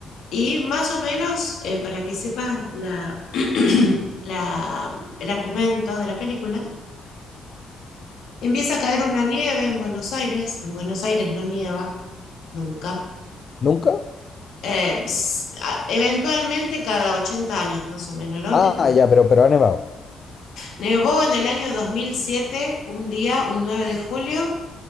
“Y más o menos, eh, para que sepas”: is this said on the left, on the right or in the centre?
Left